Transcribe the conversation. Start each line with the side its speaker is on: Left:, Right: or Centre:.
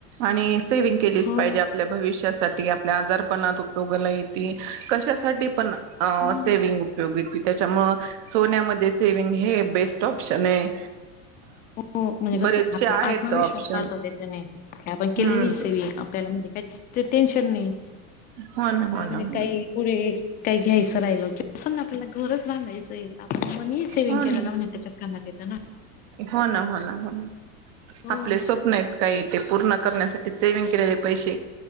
Right: आणि सेविंग केलीच
Left: हो
Right: पाहिजे आपल्या भविष्यासाठी आपल्या आजारण उपयोगत येतील कशासाठी पण
Left: हम्म.
Right: सेविंग उपयोगी त्याच्यामुळे सोनमध्ये हे बेस्ट ऑप्शन आहे.
Left: हो म्हणजे
Right: बरेचसे
Left: कस आप
Right: आहेत
Left: आत् विश्वास
Right: ऑप्शन
Left: वाढतो त्याच्याने आपण केलेली
Right: हम्म
Left: सेवी आपल्याला म्हणजे काही टेन्शन नाही.
Right: हो ना
Left: आपल्याला
Right: हो
Left: म्हणजे
Right: ना हो
Left: काही
Right: ना
Left: पुढे काही घ्यायचं राहिल की अस ना आपला घरच बांधायचं या मनी सेव्हंग
Right: हो
Left: केला
Right: ना.
Left: लावून त्याच्या कामात येत ना.
Right: हो ना हो ना हो ना
Left: हम्म.
Right: आपले स्वप्न आहेत काही. ते पूर्ण करण्यासाठी सेविंग केलेले पैसे